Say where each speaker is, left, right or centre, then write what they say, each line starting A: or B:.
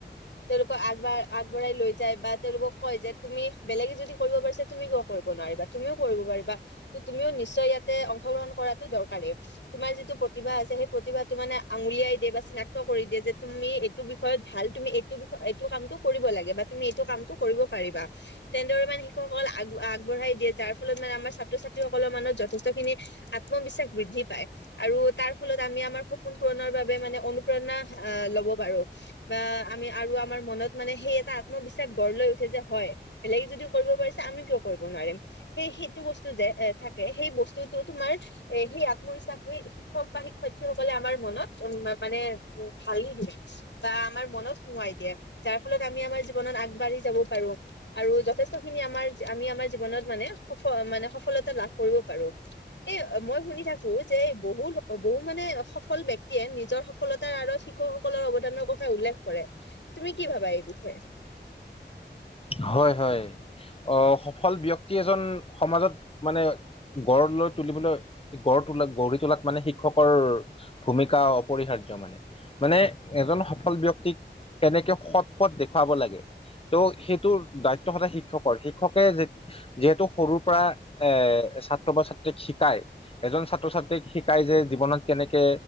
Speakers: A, on the left (about 80°); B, on the left (about 30°).
A: তেওঁলোকক আগবঢ় আগবঢ়াই লৈ যায় বা তেওঁলোকক কয় যে তুমি বেলেগে যদি কৰিব পাৰিছে তুমি ক কৰিব নোৱাৰিবা তুমিও কৰিব পাৰিবা ত তুমিও নিশ্চয় ইয়াতে অংশগ্ৰহণ কৰাতটো দৰকাৰেই তোমাৰ যিটো প্ৰতিভা আছে সেই প্ৰতিভাটো মানে আঙুলিয়াই দিয়ে বা চিনাক্ত কৰি দিয়ে যে তুমি এইটো বিষয়ত ভাল তুমি এইটো বিষয় এইটো কামটো কৰিব লাগে বা তুমি এইটো কামটো কৰিব পাৰিবা তেনেদৰে মানে শিষকসকলক আগ আগবঢ়াই দিয়ে যাৰ ফলত মানে আমাৰ ছাত্ৰ ছাত্ৰীসকলৰ মনত যথেষ্টখিনি আত্মবিশ্বাস বৃদ্ধি পায় আৰু তাৰ ফলত আমি আমাৰ সপোন পুৰণৰ বাবে মানে অনুপ্ৰেৰণা আহ লব পাৰো বা আমি আৰু আমাৰ মনত মানে সেই এটা আত্মবিশ্বাস গঢ় লৈ উঠে যে হয় বেলেগে যদি কৰিব পাৰিছে আমি কিয় কৰিব নোৱাৰিম সেই সেইটো বস্তু যে এ থাকে সেই বস্তুতটো তোমাৰ এ সেই আত্মবিশ্বাস হৈ শিক্ষক বা শিক্ষয়িত্ৰীসকলে আমাৰ মনত উ মানে ভালি দিলে বা আমাৰ মনত সোৱাই দিয়ে যাৰ ফলত আমি আমাৰ জীৱনত আগবাঢ়ি যাব পাৰো আৰু যথেষ্ট খিনি আমাৰ আমি আমাৰ জীৱনত মানে সফ মানে সফলতা লাভ কৰিব পাৰো এ মই শুনি থাকো যে বহু বহু মানে সফল ব্যক্তিয়ে নিজৰ সফলতাৰ আৰত শিক্ষকসকলৰ অৱদানৰ কথা উল্লেখ কৰে তুমি কি ভাবা এই বিষয়ে
B: হয় হয় অ সফল ব্যক্তি এজন সমাজত মানে গড় লৈ তুলিবলৈ গড় তোলা গঢ়ি তোলাত মানে শিক্ষকৰ ভূমিকা অপৰিহাৰ্য মানে মানে এজন সফল ব্যক্তিক কেনেকে সৎ পথ দেখুৱাব লাগে ত' সেইটোৰ দায়িত্ব সদায় শিক্ষকৰ শিক্ষকে যে যিহেতু সৰুৰ পৰা এ ছাত্ৰ বা ছাত্ৰীক শিকায় এজন ছাত্ৰ ছাত্ৰীক শিকায় যে জীৱনত কেনেকে